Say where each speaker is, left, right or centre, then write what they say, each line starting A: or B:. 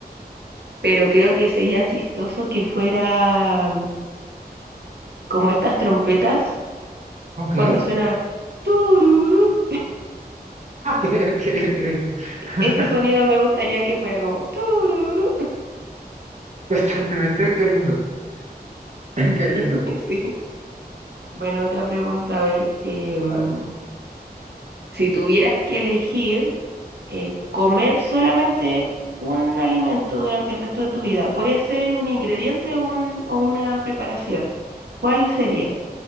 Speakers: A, on the right (about 80°); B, on the right (about 45°).
A: pero creo que sería chistoso que fuera mm, como estas trompetas
B: Ok,
A: cuando suena
B: <laughs>
A: tururú.
B: ok, ok, ok. <laughs>
A: Ese sonido me gustaría que fuera como tururú.
B: Constantemente, qué lindo, <laughs> qué lindo.
A: <laughs> Sí. Bueno, otra pregunta, a ver, em,
B: Vale.
A: si tuvieras que elegir eh, comer solamente un alimento durante el resto de tu vida. Puede ser un ingrediente o, un- o una preparación. ¿Cuál sería?